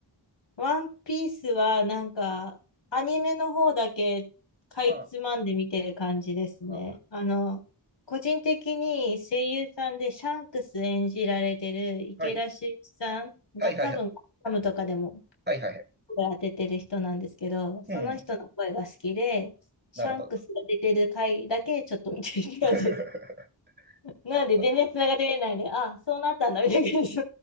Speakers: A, on the left; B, on the right.
A: ワンピースはなんかアニメの方だけかいつまんで見てる感じですね。
B: ああ、
A: あの、個人的に声優さんでシャンクス演じられてる池田秀一さんが多分コムとかでも
B: はい。はいはいはい。はいはいはい。
A: 声当ててる人なんですけど、その人の声が好きで、
B: うん。
A: シャンクスが出てる回だけちょっと見てる感じです。
B: なるほど。<laughs>
A: <laughs> なので全然つながってないで、
B: なるほど。
A: あ、そうなったんだみたいな感じ。